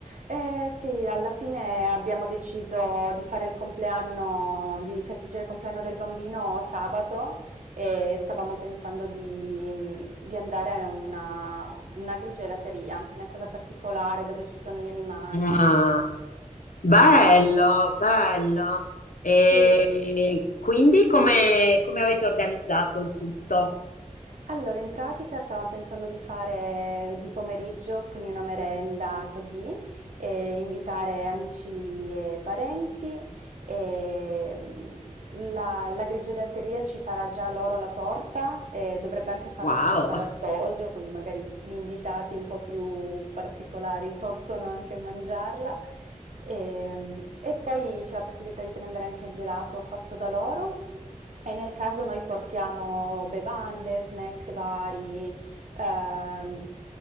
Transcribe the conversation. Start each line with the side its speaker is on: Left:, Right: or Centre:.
Right: Eh sì, alla fine abbiamo deciso di fare il compleanno, di festeggiare il compleanno del bambino sabato e stavamo pensando di, di andare a una, una grigelateria, una cosa particolare dove ci sono gli animali.
Left: Ah, bello, bello. E
Right: Sì,
Left: quindi come, come avete organizzato il tutto?
Right: Allora, in pratica stavamo pensando di fare di pomeriggio, quindi una merenda così, e invitare amici e parenti e, La, la grigiodatteria ci farà già loro la torta e dovrebbe anche farla
Left: Wow,
Right: senza lattosio, quindi magari gli invitati un po' più particolari possono anche mangiarla. E, e poi c'è la possibilità di prendere anche il gelato fatto da loro. E nel caso noi portiamo bevande, snack vari, ehm,